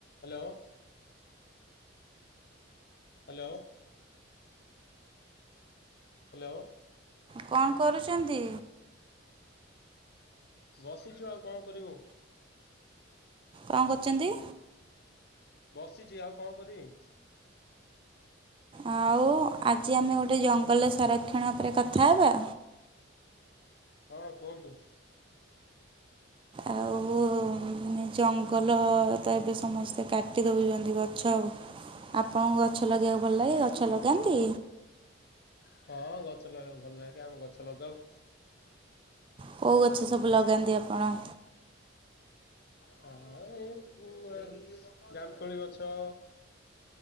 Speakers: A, on the left; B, on the right.
A: Hello. Hello, hello.
B: କଣ କରୁଚନ୍ତି?
A: ବସିଛୁ ଆଉ କଣ କରିବୁ।
B: କଣ କରୁଚନ୍ତି?
A: ବସିଚି ଆଉ କଣ କରିିବି।
B: ଆଉ ଆଜି ଆମେ ଗୋଟେ ଜଙ୍ଗଲେ ତା ରକ୍ଷଣ ଉପରେ କଥା ହେବା।
A: ହଁ କୁହନ୍ତୁ।
B: ଆଉ ମାନେ ଜଙ୍ଗଲ ର ତ ଏବେ ସମସ୍ତେ କାଟି ଦଉଚନ୍ତି ଗଛ। ଆପଣଙ୍କୁ ଗଛ ଲଗେଇବାକୁ ଭଲ ଲାଗେ, ଗଛ ଲଗାନ୍ତି?
A: ହଁ ଗଛ ଲଗେଇବା ଭଲ ଲାଗେେ। ଆମେ ଗଛ ଲଗାଉ।
B: କୋଉ ଗଛ ସବୁ ଲଗାନ୍ତି ଆପଣ?
A: ହଁ ଏଇ ଉଁ, ଏ ଜାମକୋଳି ଗଛ।